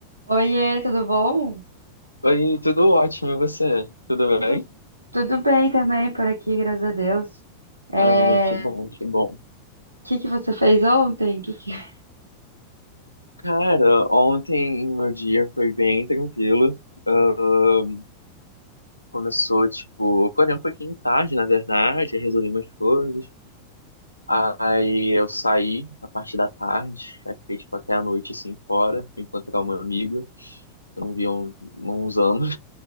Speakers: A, on the right; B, on the left.
A: Oiê, tudo bom?
B: Oi, tudo ótimo, e você? Tudo
A: Tudo,
B: bem?
A: tudo bem também por aqui, graças a Deus. É,
B: Ah, que bom,
A: o
B: que bom.
A: que que você fez ontem? Que que- <laughs>
B: Cara, ontem meu dia foi bem tranquilo. Ah, começou, tipo, acordei um pouquinho tarde, na verdade, aí resolvi umas coisas. Aí eu saí na parte da tarde, aí fiquei, tipo, até a noite, assim, fora, fui encontrar uma amiga, que eu não via há um, uns anos.